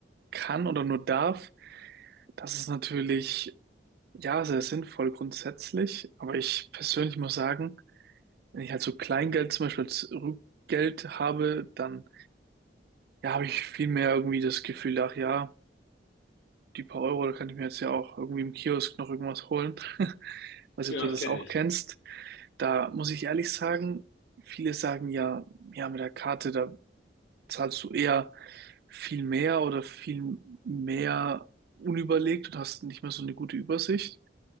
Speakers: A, on the right; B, on the left.
A: kann oder nur darf. Das ist natürlich, ja, sehr sinnvoll grundsätzlich. Aber ich persönlich muss sagen, wenn ich halt so Kleingeld zum Beispiel als Rückgeld habe, dann, ja, habe ich viel mehr irgendwie das Gefühl, ach ja, die paar Euro, da kann ich mir jetzt ja auch irgendwie im Kiosk noch irgendwas holen. <laughs> Weiß
B: Ja,
A: nicht, ob du das
B: kenne
A: auch
B: ich.
A: kennst. Da muss ich ehrlich sagen, viele sagen ja, ja, mit der Karte, da zahlst du eher viel mehr oder viel mehr unüberlegt und hast nicht mehr so eine gute Übersicht.